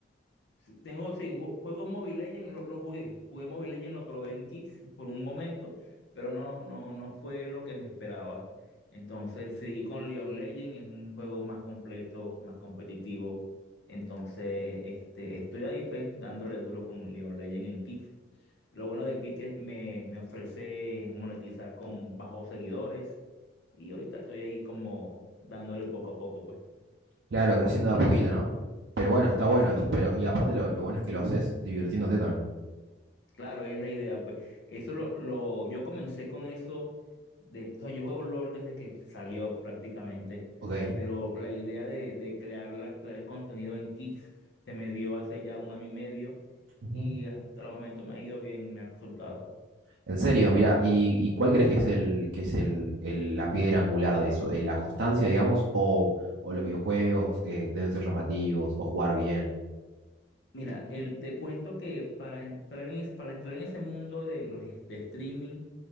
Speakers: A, on the left (about 65°); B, on the right (about 80°).
A: Sí, Tengo, sí, ju- juego Mobile Legends, lo, lo jugué, jugué Mobile Legends, lo probé en Kicks por un momento, pero no, no, no fue lo que me esperaba. Entonces seguí con League of Legends, es un juego más completo, más competitivo. Entonces, este, estoy ahí pues dándole duro con League of Legends en Kicks. Lo bueno de Click es me, me ofrece monetizar con bajos seguidores y ahorita estoy ahí como dándole poco a poco, pues.
B: Claro, creciendo de a poquito, ¿no? Pero bueno, está bueno
A: Sí, sí,
B: eso, pero y aparte lo, lo bueno es que lo haces divirtiéndote también.
A: claro, es la idea, pues. Eso lo, lo yo comencé con eso de, o sea, yo juego LOL desde que salió prácticamente,
B: Ok.
A: pero la idea de, de crear la- crear el contenido en Kick se me dio hace ya un año y medio
B: Ujú.
A: y hasta el momento me ha ido bien, me ha resultado.
B: En serio, mira, ¿y, y cuál crees que es el, que es el, el- la piedra angular de eso? Eh, ¿La constancia, digamos, o, o los videojuegos eh, deben ser llamativos, o jugar bien?
A: Mira, el, te cuento que para entrar en, es- para entrar en ese mundo de los de streaming,